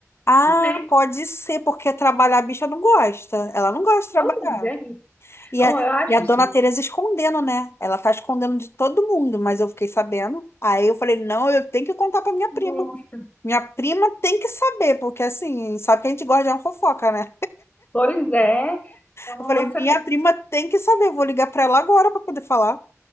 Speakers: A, on the left; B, on the left.
A: Ah,
B: né?
A: pode ser, porque trabalhar a bicha não gosta. Ela não gosta de trabalhar.
B: Pois é. menina.
A: E a,
B: Oh, eu acho
A: e a dona
B: isso.
A: Tereza escondendo, né? Ela tá escondendo de todo mundo, mas eu fiquei sabendo. Aí eu falei, não, eu tenho que contar pra minha
B: Nossa.
A: prima. Minha prima tem que saber, porque assim, sabe que a gente gosta de uma fofoca, né?
B: Pois é. Nossa,
A: Eu falei, minha prima tem que saber, vou ligar pra ela agora pra poder falar.